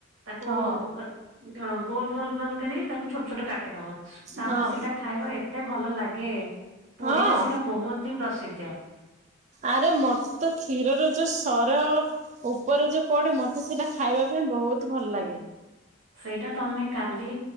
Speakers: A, on the right; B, on the right.
A: ତାକୁ
B: ହଁ
A: ଅଁ ଗୋଲ ଗୋଲ ଗୋଲ କରି ତାକୁ ଛୋଟ ଛୋଟ କାଟ୍ ଦେଦବ। ତାପରେ
B: ହଁ
A: ସେଇଟା ଖାଇବା ଏତେ ଭଲ ଲାଗେ। ପୁରୀରେ
B: ହଁ
A: ସେଇଟା ବହୁତ ହି ପ୍ରସିଦ୍ଧ୍। <unintelligible>
B: ଆରେ ମତେ ତ କ୍ଷୀରର ଯୋଉ ସର ଓ ଉପରେ ଯୋଉ ପଡେ ମତେ ସେଟା ଖାଇବା ପାଇଁ ବହୁତ ଭଲ ଲାଗେ।
A: ସେଇଟା ତମେ କାଲି